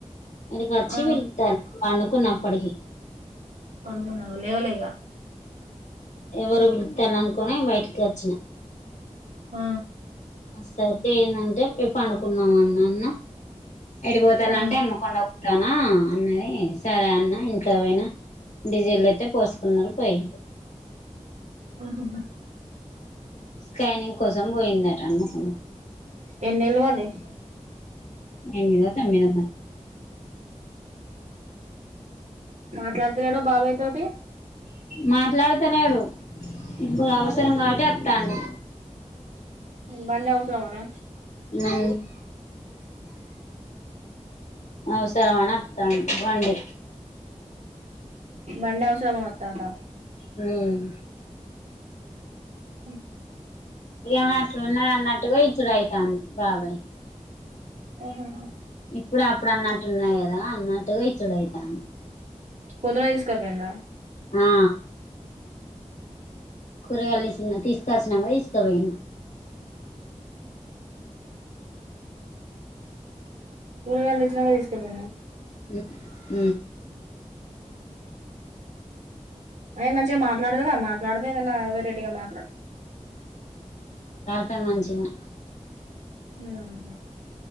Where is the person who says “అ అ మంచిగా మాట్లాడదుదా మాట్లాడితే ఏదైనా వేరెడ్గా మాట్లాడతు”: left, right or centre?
Right